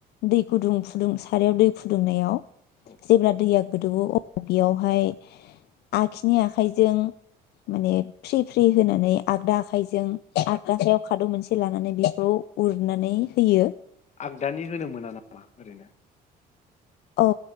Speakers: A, on the left; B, on the left.
A: दै गुदुं फुदुं सारायाव दै फुदुंनायाव।
B: औ
A: जेब्ला दैया। गोदोवो अबेयावहाय आखिनि आखाइजों माने फ्रि फ्रि होनानै आगदा आखाइजों आगदा आखायाव खादौ मोनसे लानानै बेखौ। उरनानै होयो।।
B: आगदानि होनो मोना नामा? ओरैनो?
A: औ